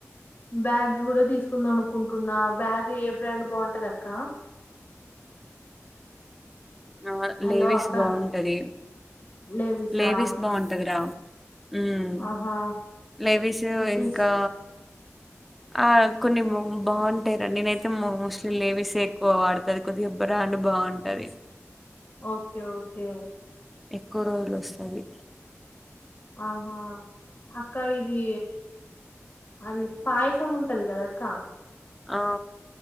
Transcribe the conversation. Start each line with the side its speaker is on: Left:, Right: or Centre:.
Left: బ్యాగ్ కూడా తీసుకుందాం అనుకుంటున్నా బ్యాగ్ ఏ బ్రాండ్ బావుంటది అక్క
Centre: ఆ
Left: హలో
Centre: లేవీస్
Left: అక్క
Centre: బావుంటది
Left: లేవిసా
Centre: లేవీస్ బావుంటాది రా ఉమ్
Left: ఆహా
Centre: లేవీస్
Left: తీస్
Centre: ఇంకా ఆ కొన్ని బావుంటాయి రా నేనైతే మోస్ట్లీ లేవీస్ ఎక్కువ వాడుతది కొద్దిగా బ్రాండ్ బావుంటది
Left: ఓకే ఓకే
Centre: ఎక్కువ రోజులు వస్తాది
Left: ఆహా అక్క ఇది అది పాయసం ఉంటది కదా అక్క
Centre: ఆ